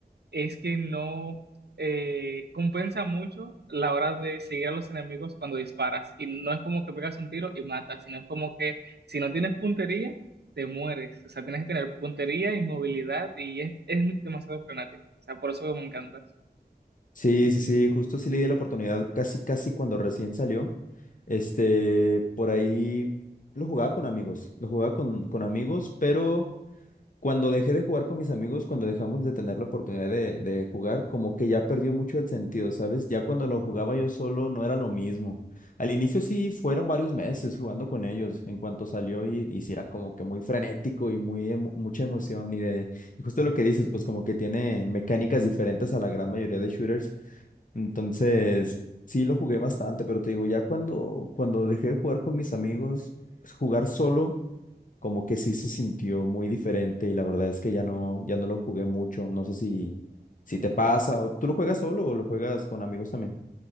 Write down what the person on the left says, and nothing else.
Sí, sí, sí, justo sí le di la oportunidad casi, casi cuando recién salió. Este, por ahí lo jugaba con amigos, lo jugaba con, con amigos, pero cuando dejé de jugar con mis amigos, cuando dejamos de tener la oportunidad de, de jugar, como que ya perdió mucho el sentido, ¿sabes? Ya cuando lo jugaba yo solo no era lo mismo. Al inicio sí fueron varios meses jugando con ellos, en cuanto salió y, y sí era como que muy frenético y muy emo- mucha emoción y de... Y justo lo que dices, pues como que tiene mecánicas diferentes a la gran mayoría de shooters entonces, sí lo jugué bastante, pero te digo, ya cuando, cuando dejé de jugar con mis amigos, jugar solo, como que sí se sintió muy diferente y la verdad es que ya no, ya no lo jugué mucho. No sé si, si te pasa o tú lo juegas solo o lo juegas con amigos también.